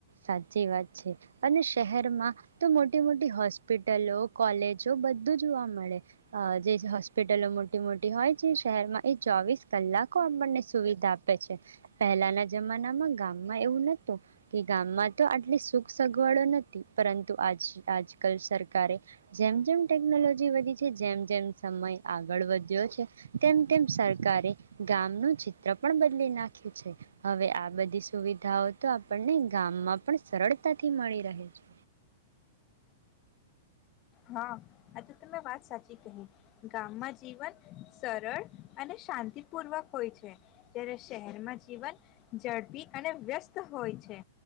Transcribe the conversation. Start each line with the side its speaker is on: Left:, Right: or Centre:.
Right: સાચી વાત છે અને શહેરમાં તો મોટી મોટી હોસ્પિટલો કોલેજો બધું જોવા મળે જે હોસ્પિટલો મોટી મોટી હોય છે શહેરમાં એ ચોવીસ કલાકો આપણને સુવિધા આપે છે પહેલાના જમાનામાં ગામમાં એવું નતું. આ તો આટલી સુખ સગવડો નથી પરંતુ આજ આજકાલ સરકારે જેમ જેમ ટેકનોલોજી વધી છે જેમ જેમ સમય આગળ વધ્યો છે તેમ તેમ સરકારે ગામનું ચિત્ર પણ બદલી નાખ્યું છે હવે આ બધી સુવિધાઓ તો આપણને ગામમાં પણ સરળતાથી મળી રહે છે.
Left: હા આ તો તમે વાત સાચી કહી ગામમાં જીવન સરળ અને શાંતિપૂર્વક હોય છે જ્યારે શહેરમાં જીવન ઝડપી અને વ્યસ્ત હોય છે